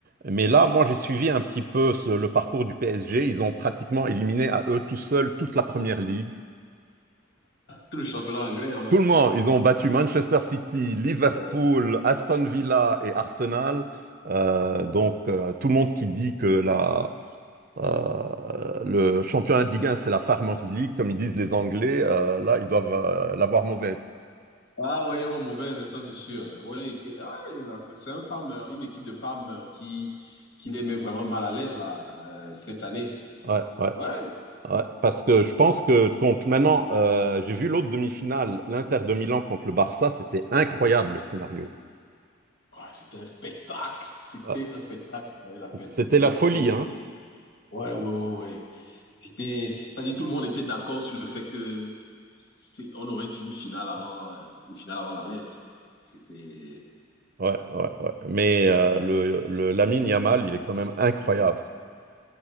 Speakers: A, on the right (about 45°); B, on the left (about 70°).
A: Mais là, moi, j'ai suivi un petit peu ce- le parcours du PSG. Ils ont pratiquement éliminé à eux tout seuls toute la première ligue.
B: Tout le championnat anglais, hein, là.
A: Tout le monde, ils ont battu Manchester City, Liverpool,
B: Ouais,
A: Aston Villa et Arsenal. Euh,
B: ouais.
A: donc, euh, tout le monde qui dit que la euh, le championnat de Ligue un, c'est la Farmers League, comme ils disent les Anglais. Euh, là, ils doivent euh, l'avoir mauvaise.
B: Ah oui, ils l'ont mauvaise, ça c'est sûr. Oui, que- ah, il a- c'est un farmer, une équipe de femmes qui, qui les met vraiment mal à l'aise là, euh, cette année.
A: Ouais, ouais,
B: Ouais,
A: ouais. Parce que je pense que contre maintenant, euh, j'ai vu l'autre demi-finale, l'Inter de Milan contre le Barça, c'était incroyable le scénario.
B: Ah, c'était un spectacle. C'était
A: Ouais.
B: un spectacle qui valait la peine.
A: C'était
B: C'était.
A: la folie, hein.
B: Ouais, ouais, ouais, ouais. C'était. Ça dit, tout le monde était d'accord sur le fait que c'est, on aurait dit une finale avant, euh, une finale avant la lettre. C'était.
A: Ouais, ouais, ouais. Mais euh, le, le Lamine Yamal, il est quand même incroyable.